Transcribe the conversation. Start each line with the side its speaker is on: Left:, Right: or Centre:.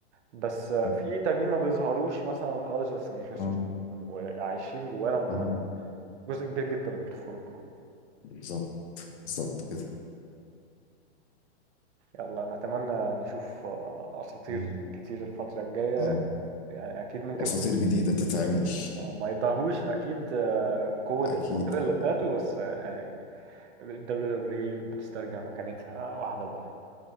Right: بس في
Left: اه
Right: تانيين ما بيظهروش مثلا خالص بس ما يتنسوش
Left: اه
Right: وعايشين جوانا ان
Left: آه.
Right: هم جزء كبير جدا من طفولتنا
Left: بالظبط بالظبط كده
Right: يلا نتمنى نشوف آه، اساطير
Left: آه.
Right: كتير الفترة الجاية
Left: اه
Right: يعني اكيد ممكن
Left: واساطير
Right: ما
Left: جديدة تتعمل
Right: آه، ما يضاهوش اكيد آه، قوة
Left: اكيد
Right: الاساطير اللي
Left: اه
Right: فاتوا بس آه، يعني ال WWE بتسترجع مكانتها آه، واحدة بواحدة